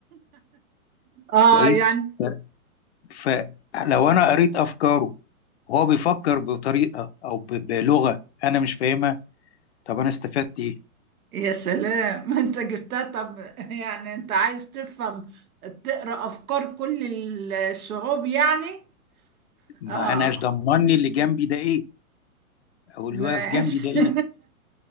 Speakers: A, on the right; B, on the left.
A: آه
B: كويس
A: يعني
B: ف- فلو أنا قريت أفكاره وهو بيفكر بطريقة أو ب- بلغة أنا مش فاهمها طب أنا استفدت إيه؟
A: يا سلام <laughs> أنت جبتها طب يعني أنت عايز تفهم تقرأ أفكار كل الشعوب يعني
B: ما
A: آه
B: أناش ضمني اللي جنبي ده إيه أو اللي
A: ماشي
B: واقف جنبي ده إيه